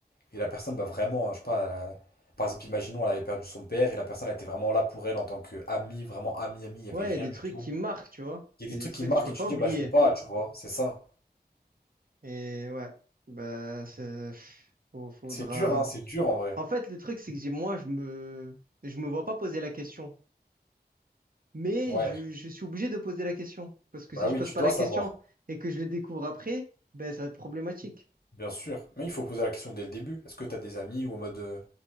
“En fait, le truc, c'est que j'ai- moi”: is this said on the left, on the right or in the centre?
Right